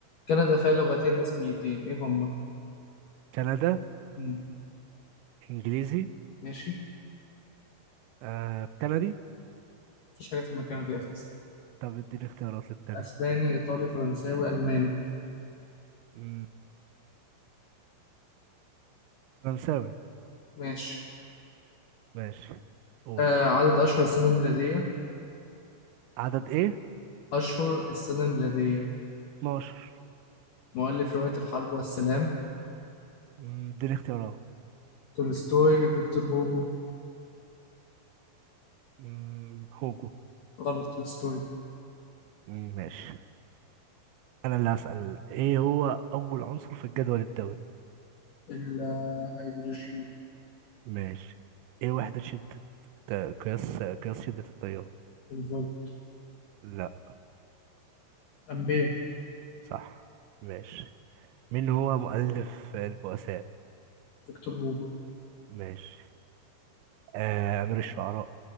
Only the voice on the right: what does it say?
كندا
انجليزي
آه كندي
طب اديني اختيارات للتانية
مم، فرنساوي
ماشي قول
عدد ايه
12
مم، اديني اختيارات
مم، هوجو
مم، ماشي انا اللي هسأل ايه هو اول عنصر في الجدول الدوري
ماشي ايه وحدة شدة آه، قياس آه، قياس شدة التيار
لا
صح ماشي مين هو مؤلف البؤساء
ماشي آه أمير الشعراء